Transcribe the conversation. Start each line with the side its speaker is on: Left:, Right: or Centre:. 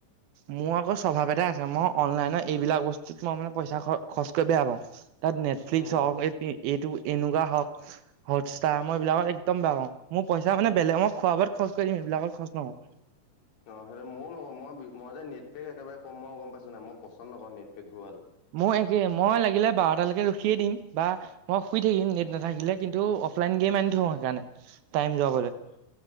Right: মোৰ আকৌ স্বভাৱ এটা আছে মই অনলাইন এইবিলাক বস্তুত মই মানে পইচা খৰচ কৰি বেয়া পাওঁ তাত নেটফ্লিক্স
Left: উম
Right: হওক এই এইটো এনেকুৱা হওক হটষ্টাৰ মই এইবিলাকত একদম বেয়া পাওঁ। মোৰ পইচা মানে বেলেগক খোৱা বোৱাত খৰচ কৰি দিম সেইবিলাকৰ খৰচ নকৰো
Left: অ', সেইটো ময়ো নকওঁ মই মই যে নেটপেক একেবাৰে কম মই গম পাইছো নাই মই পচন্দ নকৰোঁ নেটপেকবোৰ আৰু
Right: মোৰ একে মই লাগিলে বাৰু আপালৈকে ৰখিয়ে দিম বা মই শুই থাকিম নেট নাথাকিলে কিন্তু অফলাইন গেম আনি থো সেইকাৰণে টাইম যাবলৈ
Left: অ',